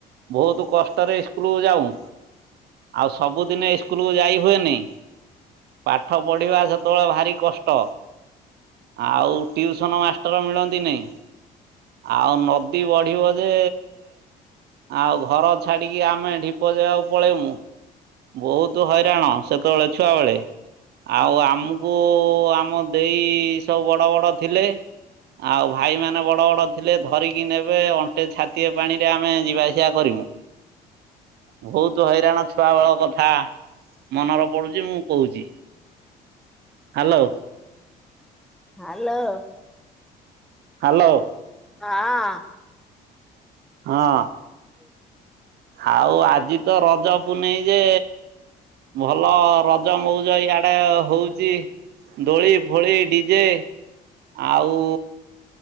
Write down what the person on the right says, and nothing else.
ବହୁତ କଷ୍ଟରେ ଇସକୁଲ କୁ ଯାଉ ଆଉ ସବୁଦିନ ଇସ୍କୁଲକୁ ଯାଇ ହୁଏନି ପାଠ ପଢିବା ସେତେବେଳେ ଭାରି କଷ୍ଟ ଆଉ ଟିଉସନ ମାଷ୍ଟର ମିଳନ୍ତି ନାଇଁ ଆଉ ନ ନଈ ବଢିବ ଯେ ଆଉ ଘର ଛାଡିକି ଆମେ ଢିପ ଜାଗାକୁ ପଳେଇମୁ ବହୁତ ହଇରାଣ ସେତେବେଳେ ଛୁଆ ବେଳେ ଆଉ ଆମକୁ ଆମ ଦେଇ ସବୁ ବଡ ବଡ ଥିଲେ। ଆଉ ଭାଇ ମାନେ ବଡ ବଡ। ଥିଲେ ଧରିକି ନେବେ ଅଣ୍ଟେ ଛାତିଏ ପାଣିରେ ଆମେ ଯିବାଆସିବା କରିମୁ ବହୁତ ହଇରାଣ ଛୁଆବେଳ କଥା ମନରେ ପଡୁଛି ମୁଁ କହୁଛି। Hello
hello.
ହଁ ଆଉ ଆଜି ତ ରଜ ପୁନେଇ ଯେ ଭଲ ରଜ ମଉଜ ଇଆଡେ ହଉଛି ଦୋଳି ଫୋଳି ଡିଜେ ଆଉ